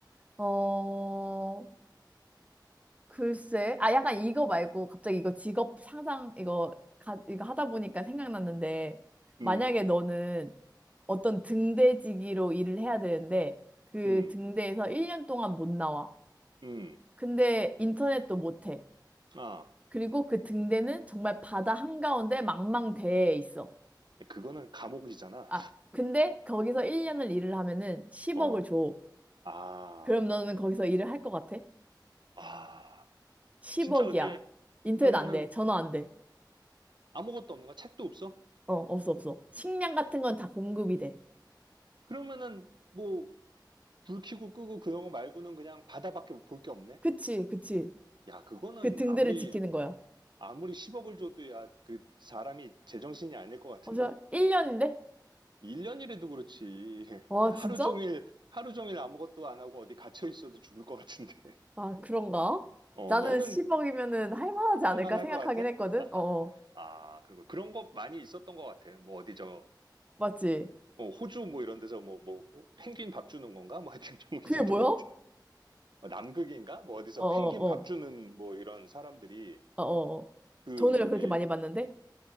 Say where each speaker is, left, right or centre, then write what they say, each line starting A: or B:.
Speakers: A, on the right; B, on the right.
A: 어 글쎄 아 약간 이거 말고 갑자기 이거 직업 상상 이거 가, 이거 하다 보니까 생각났는데 만약에
B: 음,
A: 너는 어떤 등대지기로 일을 해야 되는데 그
B: 음,
A: 등대에서 1년 동안 못 나와
B: 음.
A: 근데 인터넷도 못 해
B: 아,
A: 그리고 그 등대는 정말 바다 한가운데 망망대해 있어
B: 그거는 감옥이잖아.
A: 아, 근데 거기서 1년을 일을 하면은 10억을
B: <laughs> 어,
A: 줘.
B: 아,
A: 그럼 너는 거기서 일을 할 것 같아?
B: 아.
A: 10억이야.
B: 진짜 근데
A: 인터넷
B: 그러면은
A: 안 돼. 전화 안 돼.
B: 아무것도 없는 거야? 책도 없어?
A: 어, 없어, 없어. 식량 같은 건 다 공급이 돼.
B: 그러면은 뭐 불 켜고 끄고 그런 거 말고는 그냥 바다밖에 볼 게 없네?
A: 그치, 그치.
B: 야, 그거는
A: 그 등대를
B: 아무리
A: 지키는 거야.
B: 아무리 10억을 줘도 야, 그 사람이 제정신이 아닐 것 같은데?
A: 어래일 1년인데?
B: 1년이라도 그렇지. <laughs>
A: 와,
B: 야, 하루
A: 진짜?
B: 종일 하루 종일 아무것도 안 하고 어디 갇혀 있어도 죽을 것 같은데. <laughs>
A: 아, 그런가?
B: 어,
A: 나는
B: 너는
A: 10억이면은 할만하지 않을까
B: 할 만할
A: 생각하긴
B: 것 같아?
A: 했거든? 어, 어.
B: 아, 그리고 그런 것 많이 있었던 것 같아. 뭐 어디 저그
A: 맞지?
B: 어, 호주 뭐 이런 데서 뭐, 뭐, 어, 펭귄 밥 주는 건가? 뭐 하여튼 <laughs> 그런 거
A: 그게
B: 있었던
A: 뭐야?
B: 것
A: 어,
B: 같아. 어, 남극인가? 뭐 어디서
A: 어, 어,
B: 펭귄 밥 주는 뭐 이런 사람들이
A: 어, 어. 어.
B: 그
A: 돈을
B: 저기
A: 그렇게 많이 받는데?